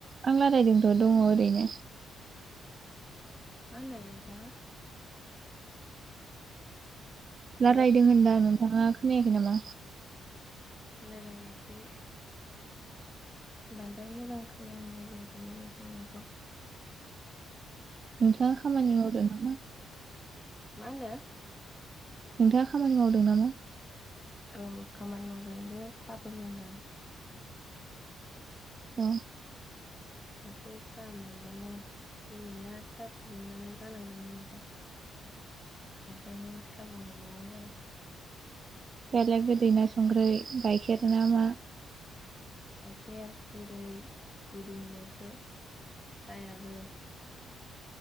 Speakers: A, on the right; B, on the left.
A: आं लारायदोंथ' दङ ओरैनो।
B: मा होनदों नोंथाङा? हेलौ
A: रालायदों होनदां नोंथाङा खोनायाखै नामा?
B: खोनादों एसे। बानद्राय मोजां खोनानाय जायाखै माने <inaudible> खौ।
A: नोंथाङा खामानि मावदों नामा?
B: मा होनदो?
A: नोंथाङा खामानि मावदों नामा?
B: औ खामानि मावदोंबो साहाबो लोंदां।
A: <unintelligible>
B: एसे साहा मोनलोंदों बिमाया साहा फुदुंनानै गालांदोंमोन नोंथां। ओंखायनो साबो मोनलोंनाय जाबाय।
A: बेले गोदै ना संख्रै गाइखेर ना मा?
B: गाइखेर गोदै गुदुंबावसो साहयाबो?